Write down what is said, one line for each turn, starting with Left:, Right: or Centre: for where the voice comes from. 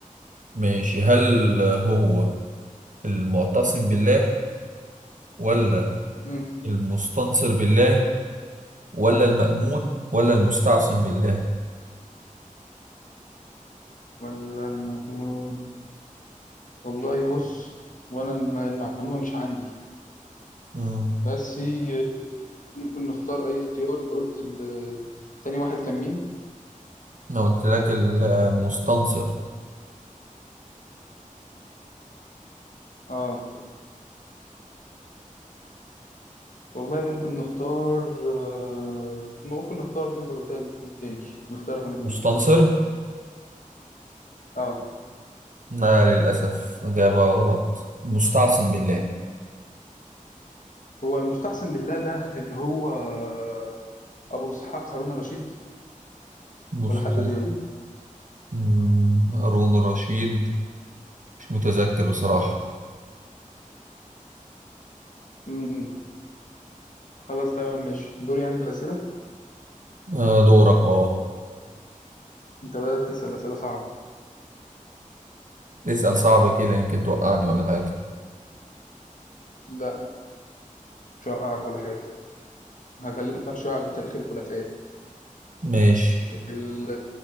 Right: ماشي هل هو المعتصم بالله ولا
Left: مم.
Right: المستنصر بالله ولا المأمون ولا المستعصم بالله
Left: ولا المجنون والله بص وأنا الم- المعلومة مش عندي
Right: مم.
Left: بس آه، ممكن نختار أي اختيار أنت قلت ال... تاني واحد كان مين؟
Right: انا قلت لك ال- المستنصر
Left: آه والله ممكن نختار آه، ممكن نختار اللي انت قلتها دي التاني نختار رقم اتنين
Right: مستنصر
Left: اه
Right: لا للأسف إجابة غلط مستعصم بالله
Left: هو المستحسن بالله ده اللي هو آه، ابو اسحاق هارون الرشيد
Right: مستعصم
Left: ولا حد غيره
Right: مم. هارون الرشيد مش متذكر بصراحة
Left: امم خلاص تمام ماشي دور يعني بالاسئله
Right: آه، دورك اه
Left: انت بدات تسال اسئله صعبه
Right: اسأل صعب كده يمكن توقعني ولا حاجة
Left: لا مش هوقعك ولا حاجه هكلمك شويه عن تاريخ الخلفاء
Right: ماشي
Left: الخلافه